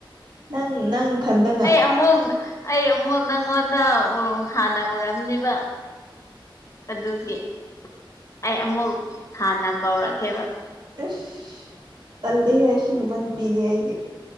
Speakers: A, on the right; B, on the left.
A: ꯅꯪ ꯅꯪꯅ ꯅꯊꯟꯇꯅꯥ
B: ꯑꯃꯨꯟ ꯑꯩ ꯑꯃꯨꯛ ꯅꯪꯉꯣꯟꯗ ꯍꯥ ꯍꯥꯟꯅ ꯎꯔꯝꯅꯤꯕꯤ ꯑꯗꯨꯒꯤ ꯑꯩ ꯑꯃꯨꯛ ꯍꯥꯟꯅ ꯀꯧꯔꯛꯀꯦꯕ
A: ꯏꯁ ꯇꯜꯔꯤ ꯍꯦ ꯁꯤꯒꯨꯝꯕ ꯅꯨꯄꯤꯗꯤ ꯑꯩꯗꯤ